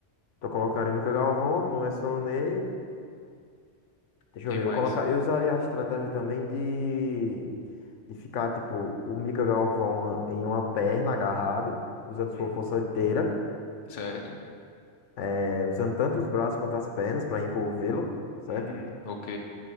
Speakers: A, on the left (about 80°); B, on the left (about 45°).
A: Então colocaria o Mika Galvão, como eu mencionei. Deixa
B: Quem
A: eu ver,
B: mais?
A: eu, coloca... eu usaria a estratégia também de... de ficar, tipo, o Mika Galvão em uma perna agarrado, usando sua
B: Hum,
A: força inteira,
B: certo.
A: eh, usando tanto os braços quanto as pernas para envolvê-lo, certo?
B: Uhum, ok.